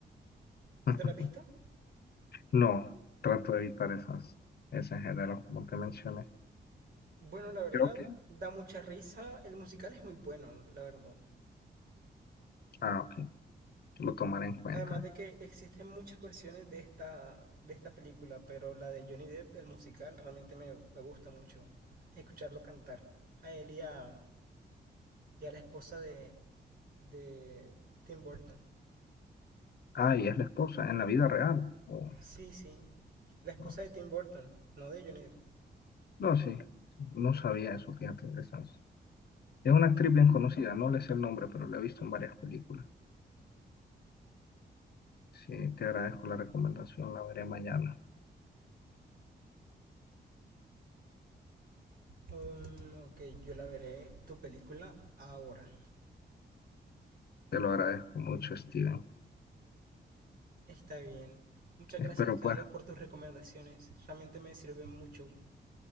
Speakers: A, on the right; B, on the left.
A: ¿Tú
B: <laughs>
A: te la has visto?
B: No, trato de evitar esas, ese género, como te mencioné.
A: Bueno, la verdad,
B: Creo que,
A: da mucha risa. El musical es muy bueno, la verdad.
B: ah, ok, lo tomaré en cuenta.
A: Además de que existen muchas versiones de esta, de esta película, pero la de Johnny Depp, el musical, realmente me, me gusta mucho escucharlo cantar. A él y a, y a la esposa de, de Tim Burton.
B: Ah, y es la esposa, en la vida real. o
A: Sí, sí. La esposa
B: no,
A: de Tim Burton, no de Johnny Depp.
B: No, sí, no sabía eso, fíjate, esas. Es una actriz bien conocida, no le sé el nombre, pero la he visto en varias películas. Sí, te agradezco la recomendación, la veré mañana.
A: Um, ok, yo la veré tu película ahora.
B: Te lo agradezco mucho, Steven.
A: Está bien. Muchas
B: Espero
A: gracias, Carlos,
B: puedas,
A: por tus recomendaciones. Realmente me sirven mucho.